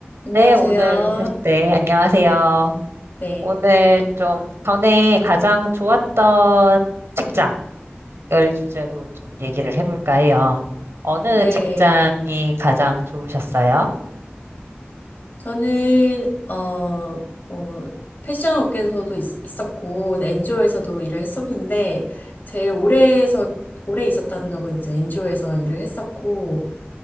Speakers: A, on the right (about 85°); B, on the left (about 50°).
A: 네,
B: 안녕하세요.
A: 오늘, <laughs> 네, 안녕하세요.
B: 네.
A: 오늘 좀 전에 가장 좋았던 직장을 주제로 좀 얘기를 해볼까 해요. 어느
B: 네.
A: 직장이 가장 좋으셨어요?
B: 저는, 어, 뭐, 패션 업계에서도 있, 있었고, 네, 엔조에서도 일을 했었는데, 제일 오래에서, 오래 있었다는 적은 이제 엔조에서 일을 했었고,